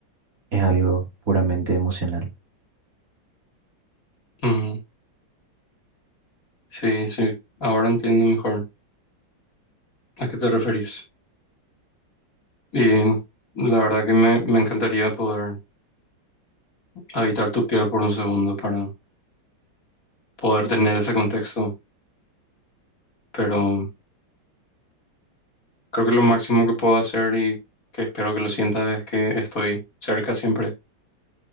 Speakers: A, on the right (about 45°); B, on the left (about 45°).
A: es algo puramente emocional.
B: ujú, Sí, sí, ahora entiendo mejor a qué te referís. Y la verdad que me, me encantaría poder habitar tu piel por un segundo para poder tener ese contexto, pero creo que lo máximo que puedo hacer y que espero que lo sientas es que estoy cerca siempre,